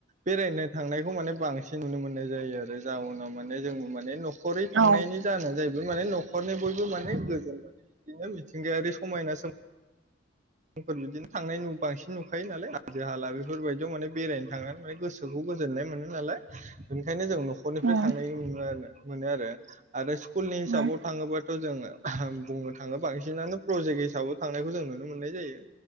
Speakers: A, on the right; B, on the right.
A: बेरायनो थांनायखौ माने बांसिन नुनो मोननाय जायो आरो जाउनाव माने जों माने न'ख खरै
B: उम
A: थांनायनि जाना जाहैबाय माने न' खरननि बयबो माने गोजो मोनो बिदिनो मिथिंगायारि समायना सोम मफोर बिदिनो थांनाय बांसिन नुखायो नालाय हाजो हाला बेफोरबायदियाव माने बेरायनो थाङा माने गोसोखौ गोजोननाय मोनो नालाय बेनिखायनो जों न'खरनिफ्राय
B: उम
A: थांनाय नैनो मोनो आरो। मोनोआरो आरो स्कुलनि हिसाबाव
B: उम
A: थाङोबाथ' जोङो बुंनो थाङोब बांसिनानो प्रजेक्ट हिसाबै थांनायखौ जों नुनो मोननाय जायो।